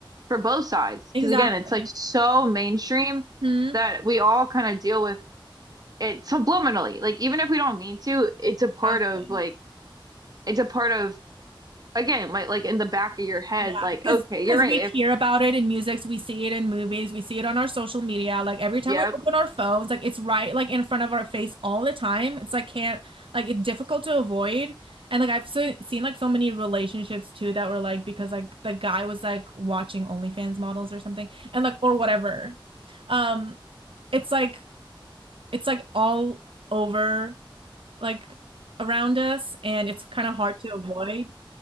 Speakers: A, on the right; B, on the right.
A: for both sides
B: Exactly.
A: because again, it's like so mainstream
B: Hmm.
A: that we all kind of deal with it subliminally. Like even if we don't mean to, it's
B: Exactly.
A: a part of like it's a part of again, like like in the back of your head
B: Yeah,
A: like
B: because
A: okay, you're
B: because
A: right.
B: we hear
A: If
B: about it in music, we see it in movies, we see it on our social media. Like every time
A: yeah,
B: we open our phones, like it's right like in front of our face all the time. It's like can't like it's difficult to avoid. And like I've so, seen like so many relationships too that were like because like the guy was like watching OnlyFans models or something and like or whatever. Um, it's like it's like all over like around us and it's kind of hard to avoid.